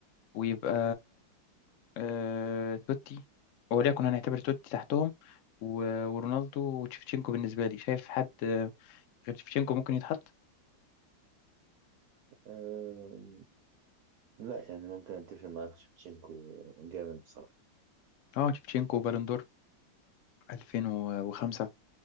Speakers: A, on the left; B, on the right.
A: ويبقى آه... توتي وليكن هنعتبر توتي تحتهم و... ورونالدو وتشيفتشينكو بالنسبة لي شايف حد آه، غير تشيفتشينكو ممكن يتحط
B: آه لا يعني ممكن اتفق معاك شفتشينكو جامد بصراحة
A: اه تشيفتشينكو وبالون دور 2005